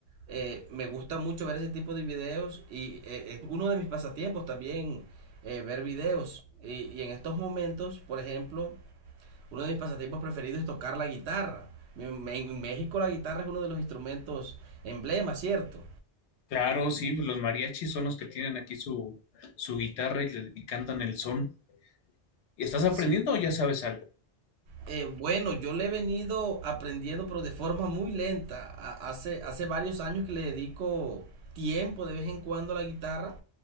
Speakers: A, on the right (about 75°); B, on the left (about 80°).
A: eh, me gusta mucho ver ese tipo de videos y eh, es uno de mis pasatiempos también eh, ver videos. Y, y en estos momentos, por ejemplo, uno de mis pasatiempos preferidos es tocar la guitarra. Me- me- En México la guitarra es uno de los instrumentos emblema, ¿cierto?
B: Claro, sí, pues los mariachis son los que tienen aquí su, su guitarra y, le- y cantan el son. ¿Y estás aprendiendo
A: Sí.
B: o ya sabes algo?
A: Eh, bueno, yo le he venido aprendiendo, pero de forma muy lenta. A- hace, hace varios años que le dedico tiempo de vez en cuando a la guitarra